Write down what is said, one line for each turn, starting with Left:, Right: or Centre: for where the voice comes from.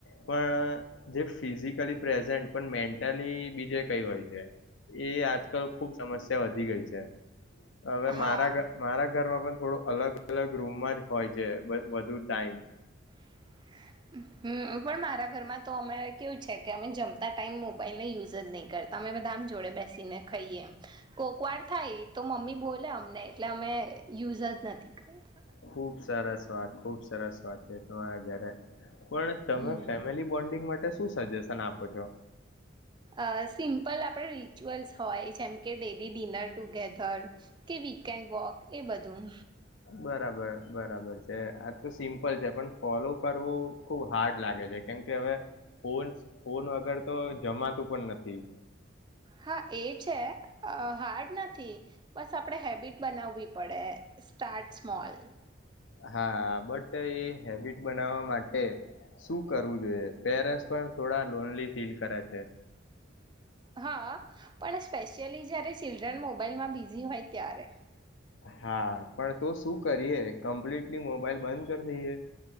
Left: પણ જે ફિઝિકલી પ્રેઝન્ટ પણ મેન્ટલી બીજે કઈ હોય છે. એ આજકાલ ખુબ સમસ્યા વધી ગઈ છે. <unintelligible> હવે
Right: હા
Left: મારા મારા ઘરમાં પણ થોડો અલગ અલગ રૂમમાં જ હોય છે વધુ ટાઈમ.
Right: <inaudible> હમ્મ પણ મારા ઘરમાં તો અમે કેવું છે કે અમે જમતા ટાઈમ મોબાઈલને યુઝ જ નહી કરતા અમે બધા આમ જોડે બેસીને ખાઈએ એમ કોકવાર થાય તો મમ્મી બોલે અમને એટલે અમે યુઝ જ નથી કરતા.
Left: ખુબ સરસ વાત ખુબ સરસ વાત છે તમારા ઘરે. પણ તમે
Right: હમ
Left: ફેમિલી બોન્ડિંગ માટે શું સજેશન આપો છો?
Right: અ સિમ્પલ આપડે રિચ્યુઅલ્સ હોય જેમ કે ડેલી ડિનર ટુગેધર કે વીકેન્ડ વોક એ બધું.
Left: બરાબર બરાબર છે આજ તો સિમ્પલ છે પણ ફોલો કરવું ખુબ હાર્ડ લાગે છે કેમ કે હવે ફોન ફોન વગર તો જમાતું પણ નથી.
Right: હા એ છે હાર્ડ નથી બસ આપણે હેબિટ બનાવવી પડે સ્ટાર્ટ સ્મોલ.
Left: હા બટ એ હેબિટ બનાવવામાં માટે શું કરવું જોઈએ પેરે પણ થોડા લોનલી ફીલ કરે છે?
Right: હા પણ સ્પેશિયલી જ્યારે ચિલ્ડ્રન મોબાઈલમાં બિઝી હોય ત્યારે.
Left: હા પણ તો શું કરીએ કમ્પ્લીટલી મોબાઈલ બંધ કરી દઈએ?